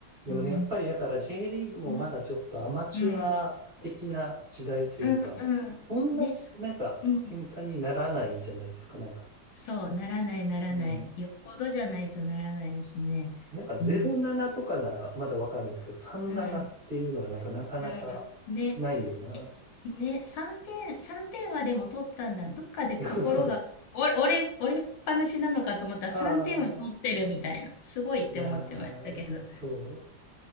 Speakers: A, on the right (about 30°); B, on the left (about 75°).
A: でもね、
B: うん、
A: やっぱりだから J リーグもまだちょっとアマチュア的な時代というか、
B: うん、うん、うん、うん。
A: そんな、
B: ね、すうん。
A: なんか、点差にならないじゃないですか、なんか。
B: そう、ならない、ならない。
A: うん。
B: よっぽどじゃないとならないですね。
A: なんか07とかならまだわかるんですけど、
B: うん、
A: 37っていうのがなんかなかなかないよなってい
B: うん、うん。ねでね、3点、3点はでも取ったんだ。どっかで心が、
A: う。<laughs> そうそう。
B: 俺、俺、俺っぱなしなのかと思ったら3点は取ってるみたいな。
A: ああ、
B: すごいって思ってましたけど。
A: いやー、そう。